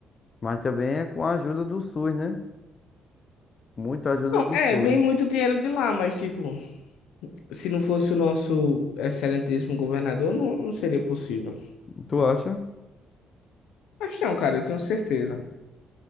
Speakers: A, on the left; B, on the left.
A: Mas também é com a ajuda do SUS, né? Muita ajuda
B: Não,
A: do
B: é,
A: SUS.
B: vem muito dinheiro de lá, mas tipo, se não fosse o nosso excelentíssimo governador, não, não seria possível.
A: Tu acha?
B: Mas não, cara, eu tenho certeza.